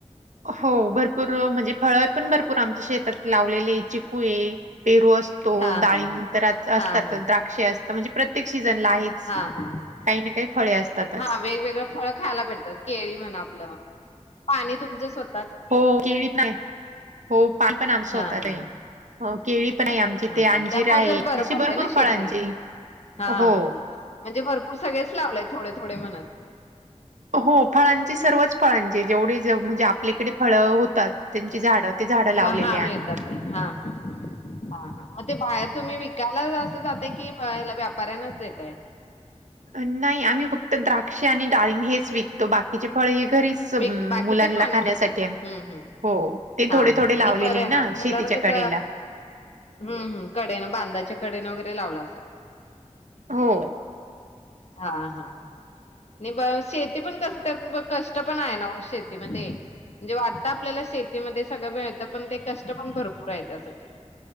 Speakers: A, on the right; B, on the left.
A: हो भरपूर म्हणजे फळ पण भरपूर आमच्या शेतात लावलेले चिकू आहे पेरू असतो
B: हा
A: दाळींब
B: हा
A: तर
B: हा
A: असतातच
B: हा हा
A: द्राक्ष असता म्हणजे प्रत्येक सीजनला आहेच
B: हा हा हा
A: काही ना काही फळे असतातच.
B: हा वेगवेगळं फळं खायला भेटतात केळी म्हणा पाणी तुमच स्वतः
A: हो केळी पण आहे हो पाणी पण आमचं स्वतःचं
B: हा हा
A: आहे
B: हा
A: अ केळी पण आहे आमची
B: हा
A: ते अंजीर
B: त्यामुळे
A: आहे
B: जर बरं
A: अशी
B: पडतय
A: भरपूर
B: ना शेती
A: फळांची
B: हा
A: हो.
B: म्हणजे भरपूर सगळेच लावलेय थोडे थोडे म्हणत.
A: हो फळांची सर्वच फळांची जेवढी जेव म्हणजे आप आपल्याकडे फळ होतात त्यांची झाडं ते झाड लावलेली
B: हा
A: आम्ही.
B: मिळतात ते हा हा हा हा हा मग ते बाहेर तुम्ही विकायला असं जाताय की अ ह्याला व्यापाऱ्यांनाच देताय.
A: नाही आम्ही फक्त द्राक्ष आणि डाळिंब हेच विकतो बाकीचे फळे हे घरीच अम,
B: विकतो बाकीचे
A: मुलांना
B: खाण्यासाठी
A: अच्छा. आम्ही
B: हुं हुं
A: हो ते
B: हा
A: थोडे
B: हा
A: थोडे लावलेले
B: नई बर आहे ना
A: शेतीच्या
B: मुलाना कस
A: कडेला
B: हुं हुं कडेन बांधाच्या कडेन वगै रे लावलां असा.
A: हो.
B: हा हा हा शेती पण कस. कष्ट पण आहे ना शेतीमध्ये म्हणजे वाटत आपल्याला शेतीमध्ये सगळं मिळत पण ते कष्ट पण भरपूर आहे त्यासाठी.